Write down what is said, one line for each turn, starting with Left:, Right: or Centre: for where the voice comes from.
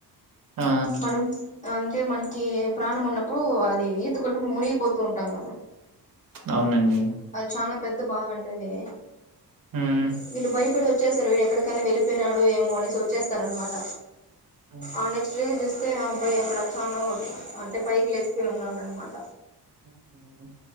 Right: ఆ!
Left: మనం అంటే మనకి ప్రాణం ఉన్నప్పుడు అది ఈత కొట్టి మనం మునిగిపోతూ ఉంటాం కదా
Right: అవునండి
Left: అది చాన పెద్ద బావండదీ
Right: హ్మ్.
Left: వీళ్ళు భయపడొచ్ చేస్తరు వీడియో ఎక్కడ క్కన వెల్లివచ్ పెనాడు ఏమో అనేసి చేస్తరన్మాట
Right: హ్మ్.
Left: అ నెక్స్ట్ వె చేస్ తే ఆ అబ్బాయి ఎక్కడ చానా అంటె పైకి లేసి పోయి ఉన్నా అనమాట
Right: <inaudible>